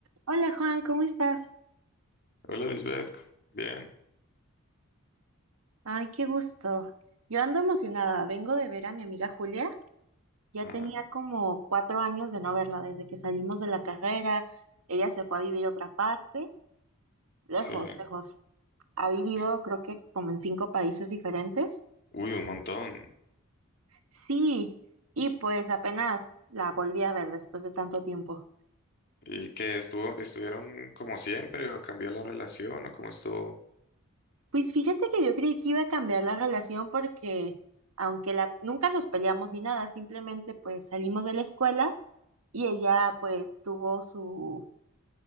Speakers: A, on the right; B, on the left.
A: Hola Juan, ¿cómo estás?
B: Hola Lisbeth, bien.
A: Ay, qué gusto. Yo ando emocionada. Vengo de ver a mi amiga Julia. Ya
B: Ajá,
A: tenía como cuatro años de no verla desde que salimos de la carrera. Ella se fue a vivir a otra parte, lejos,
B: sí.
A: lejos. Ha vivido
B: Es-
A: creo que como en cinco países diferentes.
B: Uy, un montón.
A: Sí, y pues apenas la volví a ver después de tanto tiempo.
B: ¿Y qué estuvo? ¿Estuvieron como siempre o cambió la relación o cómo estuvo?
A: Pues fíjate que yo creí que iba a cambiar la relación porque aunque la, nunca nos peleamos ni nada, simplemente pues salimos de la escuela. y ella pues tuvo su,